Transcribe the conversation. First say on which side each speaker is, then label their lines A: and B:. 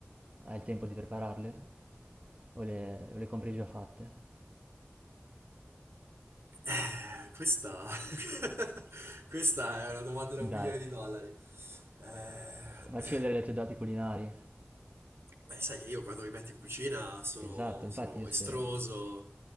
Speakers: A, on the right; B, on the right.
A: hai il tempo di prepararle? O le, o le compri già fatte?
B: Eh, questa... <laughs> questa è una domanda
A: Dai,
B: da un milione di dollari. Eh,
A: facci vedere le tue doti culinarie.
B: Beh, sai che io quando mi metto in cucina sono,
A: Esatto, infatti
B: sono
A: io spero,
B: estroso.